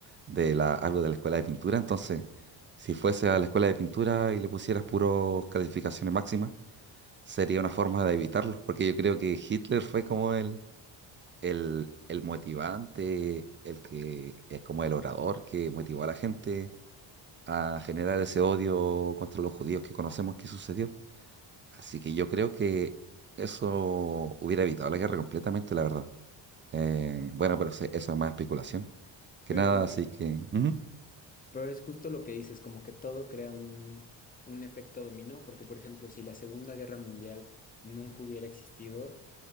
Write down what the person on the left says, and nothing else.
Pero
Pero es justo lo que dices, como que todo crea un, un efecto dominó, porque por ejemplo, si la Segunda Guerra Mundial nunca hubiera existido,